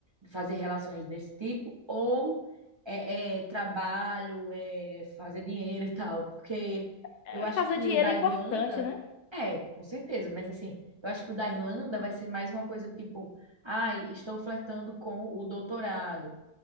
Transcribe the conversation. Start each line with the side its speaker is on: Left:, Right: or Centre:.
Right: fazer relações desse tipo, ou é, é, trabalho, é, fazer dinheiro e tal? Porque
Left: É,
Right: eu acho
Left: fazer
Right: que
Left: dinheiro
Right: o da
Left: é importante,
Right: Irlanda,
Left: né?
Right: é, com certeza, mas assim, eu acho que o da Irlanda vai ser mais uma coisa tipo: ai, estou flertando com o doutorado